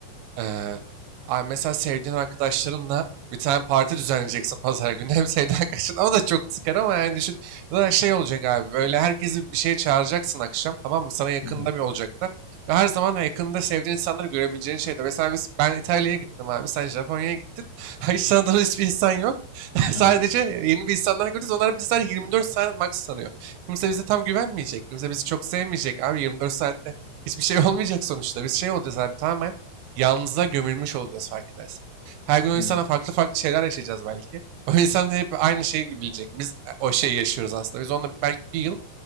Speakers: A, on the right; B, on the left.
A: Ee, abi mesela sevdiğin arkadaşlarınla bir tane parti düzenleyeceksin pazar günü. <laughs> Hem sevdiğin arkadaşın o da çok sıkar ama yani düşün. Ya da şey olacak abi böyle herkesi bir şeye çağıracaksın akşam tamam mı? Sana yakında
B: Hı hı.
A: bir olacaklar. Ve her zaman yakında sevdiğin insanları görebileceğin şeyde. Mesela biz, ben İtalya'ya gittim abi. Sen Japonya'ya gittin. <laughs> Hiç tanıdığın hiçbir insan yok. <laughs> Sadece
B: Evet.
A: yeni bir insanlar görüyoruz. Onlar bizler 24 saat max sanıyor. Kimse bize tam güvenmeyecek. Kimse bizi çok sevmeyecek. Abi 24 saatte hiçbir şey <laughs> olmayacak sonuçta. Biz şey olacağız abi tamamen Yalnızlığa gömülmüş olacağız fark edersen. Her gün o
B: Hı
A: insana
B: hı.
A: farklı farklı şeyler yaşayacağız belki. <laughs> O insan hep aynı şeyi bilecek. Biz e, o şeyi yaşıyoruz aslında. Biz onunla belki bir yıl